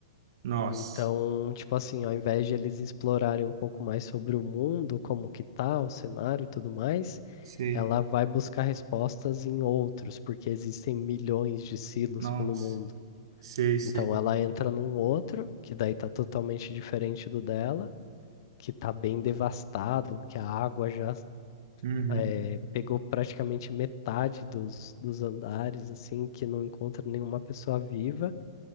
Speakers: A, on the right; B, on the left.
A: Nossa.
B: Então, tipo assim, ao invés de eles explorarem um pouco mais sobre o mundo, como que tá, o cenário e tudo mais,
A: Sei.
B: ela vai buscar respostas em outros, porque existem milhões de silos
A: Nossa.
B: pelo mundo.
A: Sei, sei.
B: Então ela entra num outro, que daí tá totalmente diferente do dela, que tá bem devastado, que a água já
A: Uhum.
B: eh, pegou praticamente metade dos, dos andares, assim, que não encontra nenhuma pessoa viva,